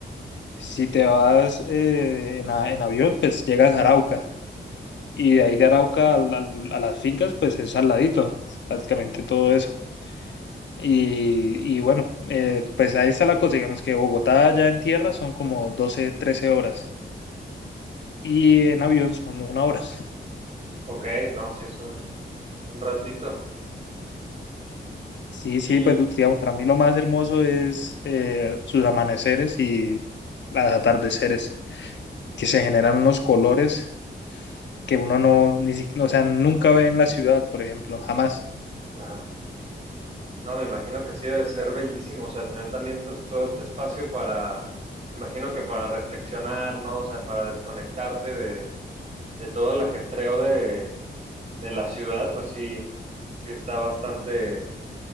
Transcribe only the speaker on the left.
Si te vas eh, en, a- en avión, pues llegas a Arauca. Y de
ahí de Arauca al- al- a, las fincas, pues es al ladito, prácticamente todo eso. Y, y bueno, eh, pues ahí está la cosa. Digamos que Bogotá ya en tierra son como 12 13 horas. Y en avión son una hora.
Sí, sí,
pues digamos, para mí lo más hermoso es eh, sus amaneceres y los atardeceres, que se generan unos colores que uno no, ni, si- o sea, nunca ve en la ciudad, por ejemplo, jamás.